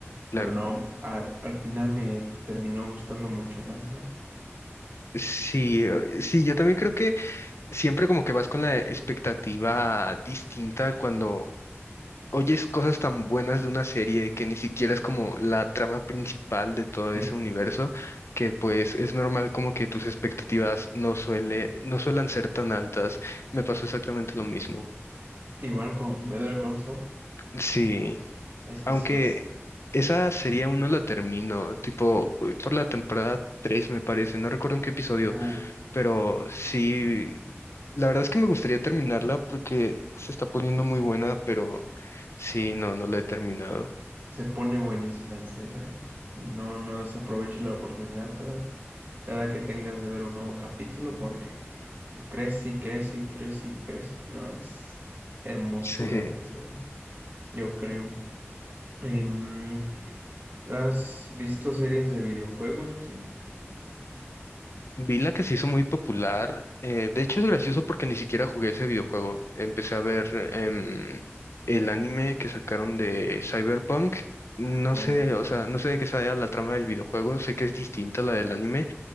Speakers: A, on the left (about 65°); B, on the right (about 40°).
A: Claro.
B: Pero no, al, al final me terminó gustando mucho más, ¿eh?
A: Sí, eh, sí, yo también creo que siempre como que vas con la expectativa distinta cuando oyes cosas tan buenas de una serie que ni siquiera es como la trama principal de todo
B: Sí.
A: ese universo, que pues es normal como que tus expectativas no suele, no suelen ser tan altas. Me pasó exactamente lo mismo.
B: Igual con Better Call Saul,
A: Sí,
B: es que
A: aunque
B: sí, es,
A: esa serie aún no la termino, tipo voy por la temporada 3 me parece, no recuerdo en qué episodio
B: uh,
A: Pero sí, la verdad es que me gustaría terminarla porque se está poniendo muy buena, pero sí, no, no la he terminado.
B: se pone buenísima, en serio, ¿eh? No, no desaproveches la oportunidad cada, cada que tengas de ver un nuevo capítulo porque... Crece y crece y crece y crece. No, es hermosura
A: Sí.
B: de serie, yo creo. Em, ¿has visto series de videojuegos o así?
A: Vi la que se hizo muy popular. eh, de hecho, es gracioso porque ni siquiera jugué ese videojuego. Empecé a ver em, el anime que sacaron de Cyberpunk. No
B: O
A: sé,
B: ya,
A: o sea, no sé de qué sea la trama del videojuego. Sé que es distinta a la del anime